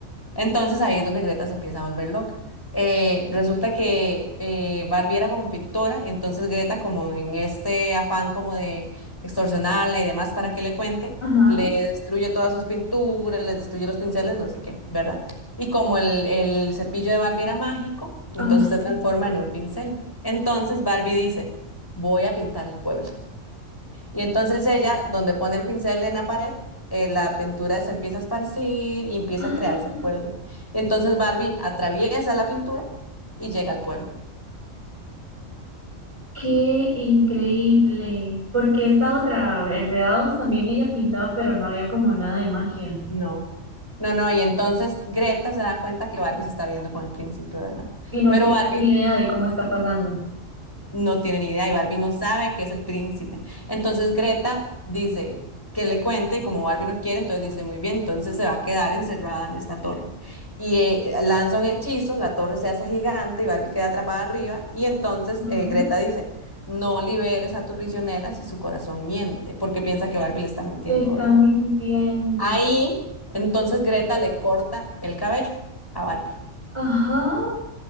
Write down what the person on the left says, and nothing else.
Entonces ahí es donde Greta se empieza a volver loca. Eh, resulta que eh, Barbie era como pintora, y entonces Greta, como en este afán como de extorsionarla y demás para que le cuente,
le destruye todas sus pinturas, les destruye los pinceles, no sé qué, ¿verdad? Y como el, el cepillo de Barbie era mágico, entonces
se transforma en un pincel. Entonces Barbie dice, voy a pintar el pueblo. Y entonces ella, donde pone el pincel en la pared, eh, la pintura se empieza a esparcir y empieza
a crearse el pueblo. Entonces Barbie atraviesa la pintura y llega al pueblo.
No. No, no, y entonces Greta se da cuenta que Barbie se está viendo con el príncipe, ¿verdad?
Pero
Barbie
no tiene ni idea y Barbie no sabe que es el príncipe. Entonces Greta dice que le cuente y como Barbie no quiere, entonces dice, muy bien, entonces se va a quedar encerrada en esta torre. Y eh, lanza un hechizo, la torre se hace gigante y Barbie queda atrapada arriba y entonces
eh, Greta dice, no liberes a tu prisionera si su corazón miente, porque piensa que Barbie le está mintiendo,
¿verdad?
Ahí, entonces Greta le corta el cabello a Barbie.